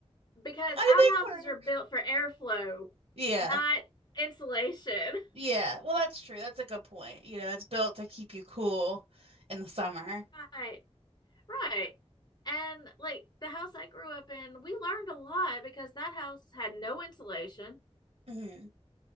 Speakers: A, on the left; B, on the right.
A: because
B: I
A: our
B: think
A: houses
B: harder.
A: are built for airflow,
B: Yeah.
A: not insulation. <laughs>
B: Yeah. Well, that's true. That's a good point. You know, it's built to keep you cool in the summer.
A: Right. Right. And like the house I grew up in, we learned a lot because that house had no insulation.
B: hmm